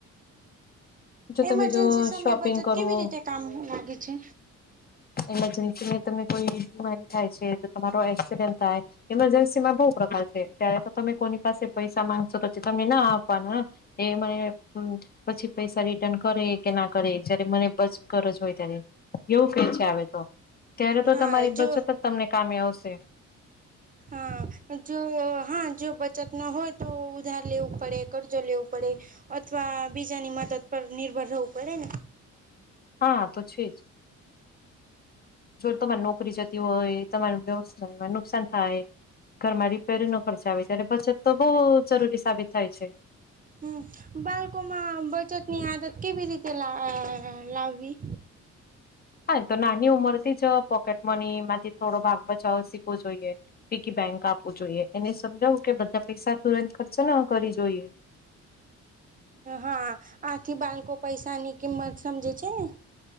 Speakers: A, on the left; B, on the right.
A: જો તમે
B: મરજન્સી
A: જો
B: સમય
A: શોપિંગ
B: બચત
A: કરવો
B: કેવી રીતે કામ લાગે છે?
A: મરજન્સીને તમે કોઈ બીમારી થાય છે તો તમારો એક્સિડેન્ટ થાય. મરજન્સી માં બહ પ્રકાર છે ત્યારે તો તમે કોની પાસે પૈસા માંગશો તોછી તને ના આપવાના. એ મને પછી પૈસા રિટર્ન કરે. કે ના કરે જયારે મને બસ ગરજ હોય ત્યારે એવું કે છે, આવે તો. ત્યારે તો
B: હા
A: તમારી
B: જો
A: બચત જ તમને કામે આવશે.
B: <inaudible> હા, જો હા જો બચત ના હોય તો ઉધાર લેવું પડે કર્જો લેવું પડે. અથવા બીજાની મદદ પર નિર્ભર રહેવું પડે ને.
A: હા તો છે જ. જો તમારી નોકરી જતી હોય તમાર વ્યવસ્ નુકસાન થાય, ઘરમાં રિપેરી નો ખર્ચ આવે ત્યારે બચત તો બહુ જરૂરી સાબિત થાય છે.
B: હમ, બાળકો માં બચત ની આદત કેવી રીતે લાવવી?
A: હા તો નાની ઉંમર થી જ પોકેટ મની માંથી થોડો ભાગ બચાવો શીખવો જોઈએ. પૈકી બેંક આપવું જોઈએ એને સમજાવું કે બધા પૈસા તુરંત ખર્ચો ને કરી જોઈએ.
B: હા, આથી બાળકો પૈસા ની કિંમત સમજે છે ને.